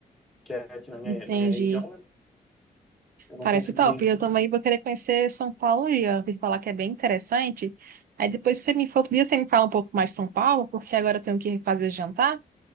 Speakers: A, in the centre; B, on the right.
A: Que é aqui na minha,
B: Entendi.
A: na minha região, né? Eu não
B: Parece
A: consegui
B: top.
A: ainda.
B: Eu também vou querer conhecer São Paulo e eu ouvi falar que é bem interessante. Aí depois, se você me for outro dia, você me fala um pouco mais de São Paulo, porque agora eu tenho que fazer jantar.